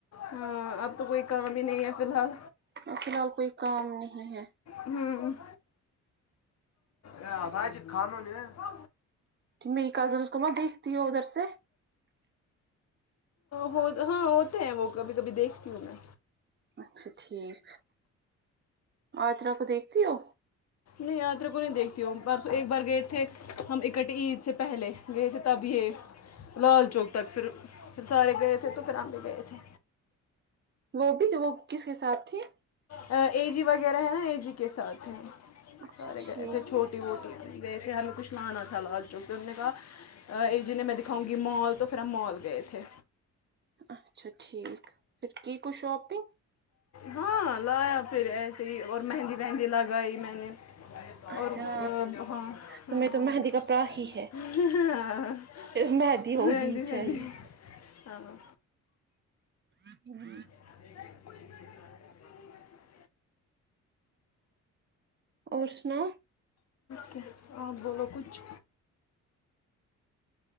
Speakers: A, on the left (about 55°); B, on the right (about 35°).
A: ہاں اب تو کوئی کام ہی نہیں ہے فی الحال
B: اور فی الحال کوئی کام نہیں ہے
A: ہوں <unintelligible> <unintelligible>
B: میری کزنس کو میں دیکھتی ہوں ادھر سے
A: ہاں آتے ہیں وہ کبھی کبھی دیکھتی ہوں میں
B: اچھا ٹھیک آ یاترا کو دیکھتی ہو
A: میں یاترا کو نہیں دیکھتی ہوں پرسوں ایک بار گئے تھے ہم اکٹے عید سے پہلے گئے تھے تب یہ لال چوک تک پھر پھر سارے گئے تھے تو پھر ہم بھی گئے تھے
B: وہ بھی وہ کس کے ساتھ تھی
A: اے جی وغیرہ ہے نا اے جی کے ساتھ ہیں
B: اچھا
A: سارے
B: ٹھیک
A: گئے تھے چھوٹے رٹی ووٹیئے گئے تھے ہم کچھ لانا تھا لال چوک سے پھر ہم نے کہا ای جنہیں میں دکھاؤں گی مال تو پھر ہم مال گئے تھے
B: اچھا ٹھیک پھر کی کوئی شاپنگ
A: ہاں لایا پھر ایسے ہی اور مہندی وہندی لگائی میں نے
B: اچھا
A: اور <unintelligible>
B: تمہیں تو مہندی کپڑا ہی ہے مہندی ہونی چاہیے
A: ہاں
B: <inaudible>
A: <unintelligible>
B: اور سنا
A: کیا آپ بولو کچھ